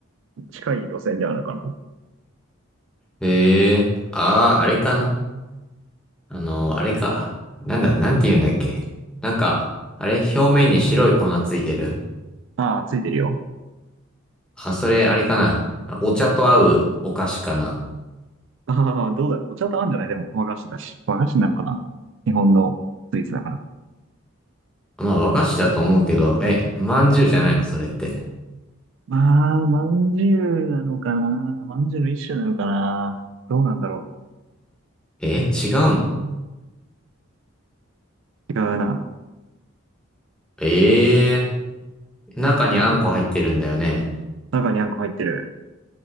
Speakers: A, on the right (about 60°); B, in the centre.
A: 近い路線ではあるかな。
B: ええー、ああ、あれかなあの、あれか。なんだ、なんて言うんだっけ。なんか、あれ表面に白い粉ついてる
A: ああ、ついてるよ。
B: あ、それ、あれかな。お茶と合うお菓子かな。
A: ああ、どうだろう。お茶と合うんじゃないでも、和菓子だし。和菓子なのかな日本のスイーツだから。
B: まあ、和菓子だと思うけど、え、まんじゅうじゃないのそれって。
A: まあ、まんじゅうなのかな。まんじゅうの一種なのかな。どうなんだろ
B: え、違うの
A: う。違うな。
B: ええー中にあんこ入ってるんだよね。
A: 中にあんこ入ってる。